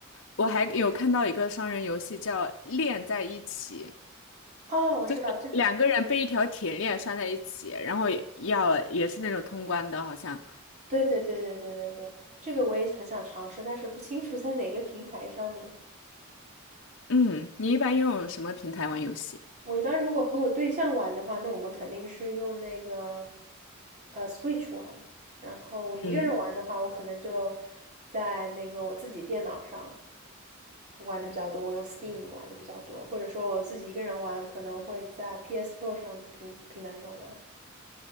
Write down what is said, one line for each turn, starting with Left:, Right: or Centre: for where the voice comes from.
Left: 我还有看到一个双人游戏叫链在一起，
Right: 哦，我知道，
Left: 就是两个人被一条铁链拴在一起，
Right: 就
Left: 然后也要也是那种通关的，好像。
Right: 对对对对对对对，这个我也很想尝试，但是不清楚在哪个平台上面。
Left: 嗯，你一般用什么平台玩游戏？
Right: 我一般如果和我对象玩的话，那我们肯定是用那个呃 Switch 玩，然后我一个人玩的话，
Left: 嗯，
Right: 我可能就在那个我自己电脑上。玩的比较多，我用 Steam 玩的比较多，或者说我自己一个人玩，可能会在 PS4 上平平台上玩。